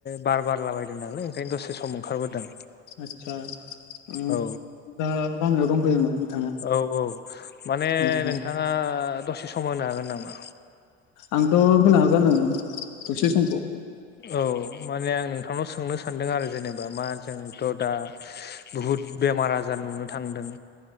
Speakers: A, on the left; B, on the left.
A: बार बारलाबायदों नालाय ओंखायनो दसे सम ओंखारबोदों।
B: आतसा ओम
A: औ
B: दा लामायाव दंफैयोमोन। बिथाङा
A: औ औ माने
B: आदसा
A: नोंथाङा दसे सम होनो हागोन नामा।
B: आंथ' होनो हागोन दसे समखौ
A: औ माने आं नोंथांनाव सोंनो सानदों आरो जेनेबा मा जोंथ' दा बुहु हुद बेमार आजार नुनो थांदों